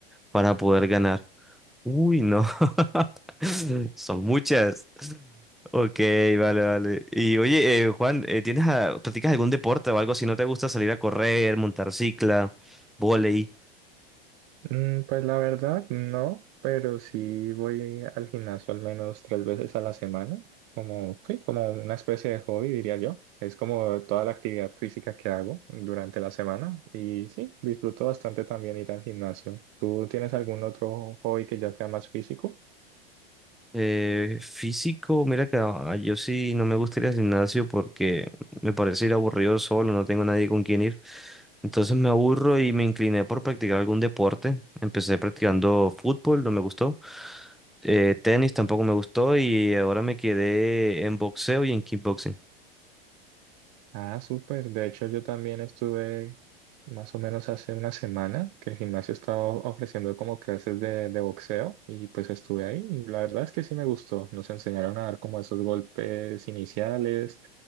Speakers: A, in the centre; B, on the right.
A: para poder ganar. Uy, no. <laughs> Son muchas. Ok, vale, vale. Y oye, eh, Juan, eh, ¿tienes a- practicas algún deporte o algo? Si no te gusta salir a correr, montar cicla, volei.
B: Mm, pues la verdad, no, pero sí voy al gimnasio al menos tres veces a la semana, como, sí, como una especie de hobby, diría yo. Es como toda la actividad física que hago durante la semana y sí, disfruto bastante también ir al gimnasio. ¿Tú tienes algún otro hobby que ya sea más físico?
A: Eh, físico, mira que ah, yo sí no me gusta ir al gimnasio porque me parece ir aburrido solo, no tengo nadie con quien ir. Entonces me aburro y me incliné por practicar algún deporte. Empecé practicando fútbol, no me gustó. Eh, tenis tampoco me gustó y ahora me quedé en boxeo y en kickboxing.
B: Ah, súper. De hecho, yo también estuve más o menos hace una semana que el gimnasio estaba ofreciendo como clases de, de boxeo y pues estuve ahí y la verdad es que sí me gustó. Nos enseñaron a dar como esos golpes iniciales